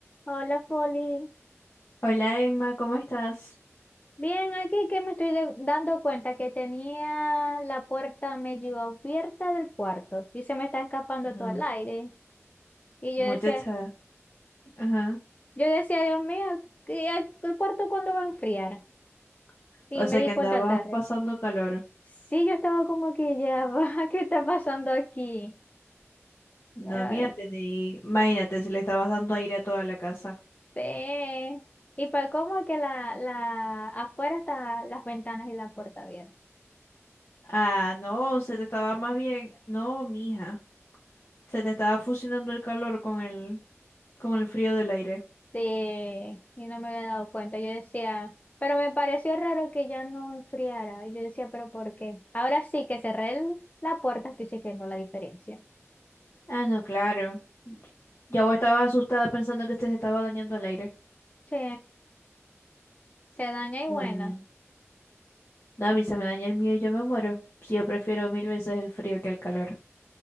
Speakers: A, on the left; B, on the left.
A: Hola, Foli.
B: Hola Emma, ¿cómo estás?
A: Bien, aquí que me estoy de- dando cuenta que tenía la puerta medio abierta del cuarto y se me está escapando todo
B: Ah,
A: el aire. Y
B: muchacha,
A: yo decía,
B: Ajá.
A: yo decía, Dios mío, ¿qué- el cuarto cuándo va a enfriar? Y
B: O
A: me
B: sea
A: di
B: que
A: cuenta
B: andabas
A: tarde.
B: pasando calor.
A: Sí, yo estaba como que ya va, <laughs> ¿qué está pasando aquí?
B: No,
A: Pero
B: mira, tení... imagínate si le estabas dando aire a toda la casa.
A: este, y para cómo que la, la, afuera están las ventanas y la puerta abierta.
B: Ah, no, se te estaba más bien, no, mija, se te estaba fusionando el calor con el con el frío del aire.
A: Sí, y no me había dado cuenta. Yo decía, pero me pareció raro que ya no enfriara. Y yo decía, pero ¿por qué? Ahora sí que cerré el- la puerta, estoy sintiendo la diferencia.
B: Ah, no, claro. Ya vos estabas asustada pensando que este se te estaba dañando el aire.
A: Sí, se daña y bueno,
B: también. No, a mí se me daña el mío y yo me muero. Si yo prefiero mil veces el frío que el calor.